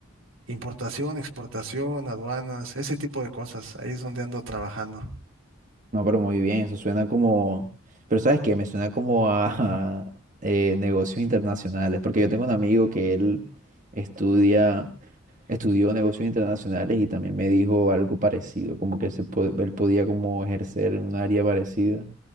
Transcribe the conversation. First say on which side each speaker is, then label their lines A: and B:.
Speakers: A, on the right; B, on the right.
A: importación, exportación, aduanas, ese tipo de cosas. Ahí es donde ando trabajando.
B: No, pero muy bien, eso suena como... Pero ¿sabes qué? Me suena como a, <laughs> eh, negocios internacionales, porque yo tengo un amigo que él estudia Estudió negocios internacionales y también me dijo algo parecido, como que se po- él podía como ejercer en un área parecida.